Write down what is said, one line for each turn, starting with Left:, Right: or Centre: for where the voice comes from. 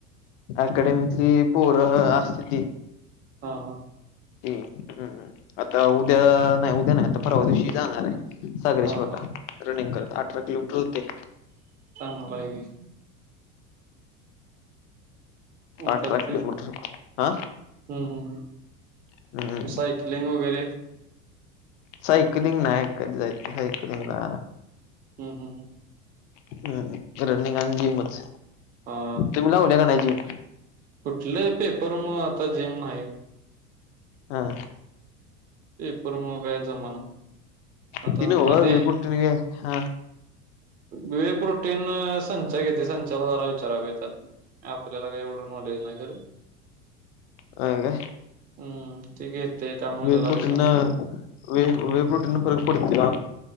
Left: अकडमीतली पोर असत्याती.
Right: हा हा.
Left: हम्म हम्म आता उद्या नाही, उद्या नाही आता परवा दिवशी जाणार आहे. सागरेश्वरला
Right: हा हा
Left: रनिंग करत अठरा किलोमीटर हुतंय.
Right: होय. म्हणतात
Left: अठरा
Right: ते
Left: किलोमीटर हा.
Right: हम्म हम्
Left: हम्म
Right: ह सायकलिंग वगैरे
Left: सायकलिंग नाही कधी जायचं सायकलिंगला
Right: हम् हम् हम.
Left: हम्म रनिंग अन जिमच.
Right: हा
Left: तुम्ही लावल्या का नाही जिम
Right: कुठले पेपर म आता जेम नाही.
Left: हा.
Right: ते पर मग काय जमाना. आता
Left: तन
Right: मध्ये
Left: ह विपुटने हा.
Right: विेक रोटीन संचा घेते संचाला जारा विचारा त्यात. आपल्याला काय एवढं नॉलेज नाही खरं.
Left: होय काय
Right: हम् ठीक ते त्यामुळेण
Left: वे
Right: लागेच.
Left: प्रोटीन वे वे प्रोटन पररगपतीला.